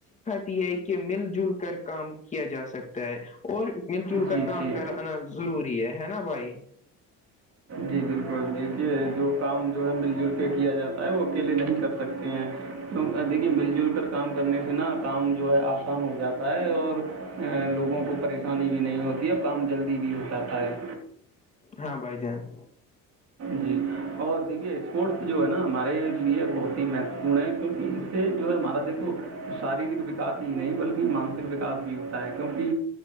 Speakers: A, on the left; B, on the right.
A: ہے کہ مل جل کر کام کیا جا سکتا ہے اور مل جل
B: جی
A: کر کام
B: جی
A: کرا- ضروری ہے ہے نا بھائی-
B: جی بالکل دیکھیے جو کام جو ہے مل جل کے کیا جاتا- وہ اکیلے نہیں کر سکتے ہیں کی دیکھیے مل جل کر کام کرنے سے نا کام جو ہے آس- آسان ہو جاتا ہے اور لوگوں کو پریشانی بھی نہیں ہوتی ہے اور کام جلدی بھی ہو جاتا ہے-
A: ہاں بائی جان-
B: جی اور دیکھیے اسپورٹس جو ہے نا ہمارے لیے بہت ہی مہتوپورن ہے- کیونکہ اس سے جو ہے ہمارا دیکھو شاریرک وکاس ہی نہیں بلکہ مانسک وکاس بھی ہو- ہے کیونکہ